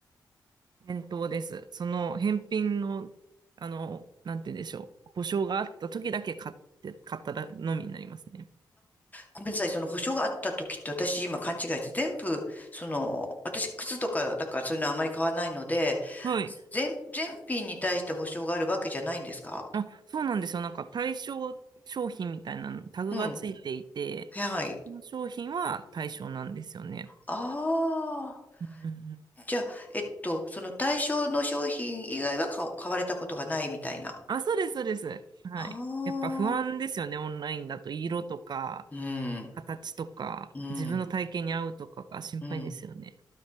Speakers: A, on the right (about 60°); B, on the left (about 20°).
A: 返答です。その返品の、あの、なんて言うんでしょう。保証があった時だけ買って、買ったのみになりますね。
B: ごめんなさい、その保証があった時って私今勘違いして全部、その、私靴とかだからそういうのはあまり買わないので、
A: はい。
B: 全、全品に対して保証があるわけじゃないんですか
A: あ、そうなんですよ。なんか対象商品みたいなのタグがついていて、
B: うん。はい。
A: その商品は対象なんですよね。
B: あ
A: うんうんうん
B: あ。じゃあ、えっと、その対象の商品以外は買お買われたことがないみたいな。
A: あ、そうです、そうです。はい。
B: ああ。
A: やっぱ不安ですよね、オンラインだと。色とか、
B: うん。
A: 形とか、
B: うん。
A: 自分の体型に合うとかが心配ですよね。
B: うん。